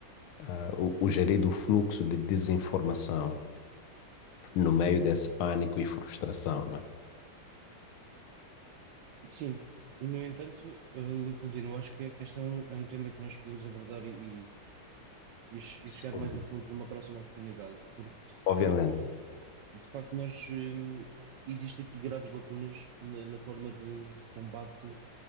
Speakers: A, on the left; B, on the right.
A: ah, o, o gerido fluxo de desinformação no meio desse pânico e frustração, né?
B: Sim, no entanto, eh, Leopoldino, acho que, é, que este é um, é um tema que nós podemos abordar e, e, e che-
A: Sim.
B: e chegar mais a fundo numa próxima oportunidade, porque de
A: Obviamente,
B: facto, de facto nós, eh, existe aqui graves lacunas na, na forma de, de combate